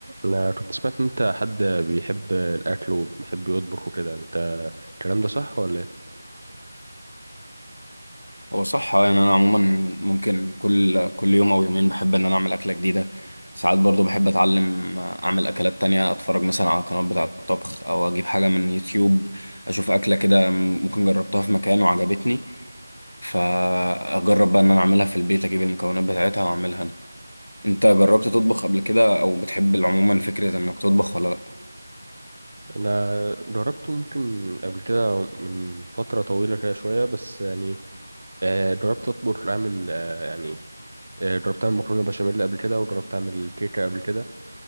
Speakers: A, on the right (about 25°); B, on the left (about 55°).
A: انا كنت سمعت ان انت حد بيحب الاكل وبيحب يطبخ وكده انت الكلام ده صح ولا ايه
B: هو صح آه، يعني انا عموما ممكن كل كل يوم او يومين بحب ان انا اعمل اكله جديده ساعات برضو بحب اتعلم آه، اعمل اكلات تانية اتفرج مثلا على قنوات بتاعه الطبخ او اجيب حاجه من يوتيوب اشوف اكله كده ممكن جربتها في مكان وعجبتني فاجرب بقى ان انا اعملها في البيت اجيب المكونات بتاعتها واعملها انا انت جربت تطبخ قبل كده او بتحب عموما فكره انك تطبخ ولا لا
A: انا جربت ممكن قبل كده من فتره طويله كده شويه بس يعني آه، جربت اطبخ اعمل آه، يعني آه، جربت اعمل مكرونه بشاميل قبل كده وجربت اعمل كيكه قبل كده